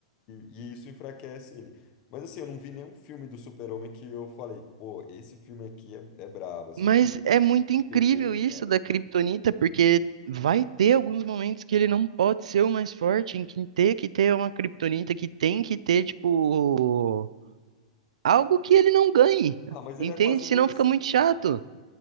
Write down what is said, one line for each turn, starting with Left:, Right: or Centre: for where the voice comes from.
Left: e isso enfraquece ele. Mas assim, eu não vi nenhum filme do Super-Homem que eu falei, pô, esse filme aqui é, é brabo, assim,
Right: Mas
Left: é um filme
Right: é muito incrível
Left: que me pegou,
Right: isso
Left: sabe?
Right: da Kryptonita, porque vai ter alguns momentos que ele não pode ser o mais forte, em que ter que ter uma Kryptonita que tem que ter, tipo, algo que ele não ganhe,
Left: Ah, mas
Right: entende?
Left: ele é quase
Right: Senão
Left: invencível.
Right: fica muito chato.